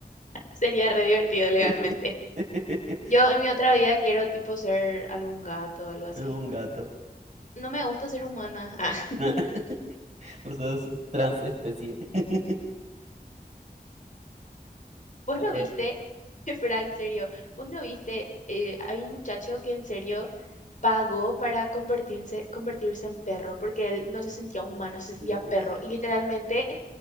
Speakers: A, on the left; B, on the right.
A: Sería re divertido legalmente.
B: <laughs>
A: Yo en mi otra vida quiero tipo ser algún gato o algo así.
B: Un gato.
A: No me gusta ser humana. <laughs>
B: <laughs> Pues sos transespecie. <laughs>
A: Vos
B: A
A: no
B: ver.
A: viste, <laughs> espera, en serio, vos no viste, eh, hay un muchacho que en serio pagó para convertirse, convertirse en perro porque él no se sentía humano, se sentía
B: Dios,
A: perro y literalmente